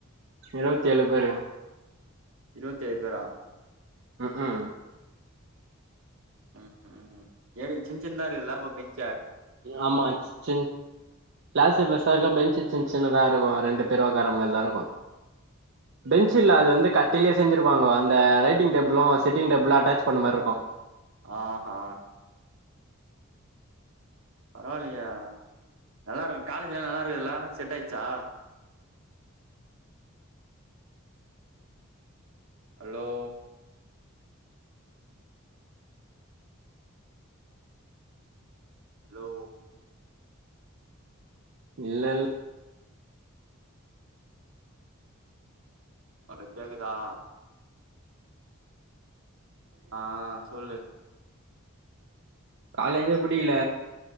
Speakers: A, on the right; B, on the right.
A: இருவத்தி ஏழு பேரு
B: இருபத்த எழுபேரா
A: உம் உம்
B: உம் உம் எப்டி சின் சின்னதா இருக்கும்ல அப்போ பெஞ்
A: ஆமா சின் கிளாசு பெருசா இருக்க பெஞ்சு சின் சின்தா இரு இருக்கும் ரெண்டு பேரு உக்காரா மாரிதான் இருக்கும் பெஞ்
B: ஓ
A: இல்ல அது வந்து கட்டுலே செஞ்சிருபாங்க அந்த writing table sitting table attach பண்ண மாரி இருக்கு
B: ஆஹ்ஹா பரவாயில்லயா நல்லா இருக்கும் காலேஜ்ல்லாம் நல்லா இருக்குதுல்ல செட் ஆயிச்சா ஹலோ ஹலோ
A: இல்லல்
B: உனக்கு கேக்குதா ஆஹ் சொல்லு
A: காலேஜ்லே புடிக்கல